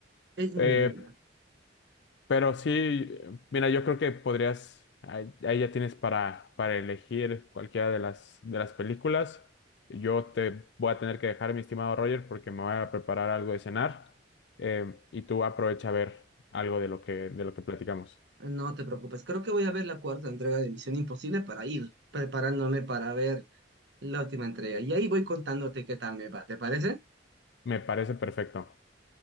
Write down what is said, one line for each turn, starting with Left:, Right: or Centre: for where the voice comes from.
Right: Es muy
Left: Eh,
Right: buena.
Left: pero sí, mira, yo creo que podrías, ahí, ahí ya tienes para, para elegir cualquiera de las, de las películas. Yo te voy a tener que dejar, mi estimado Roger, porque me voy a preparar algo de cenar. eh, y tú aprovecha a ver algo de lo que, de lo que platicamos.
Right: No te preocupes, creo que voy a ver la cuarta entrega de Misión Imposible para ir preparándome para ver la última entrega. Y ahí voy contándote qué tal me va, ¿te parece?
Left: Me parece perfecto.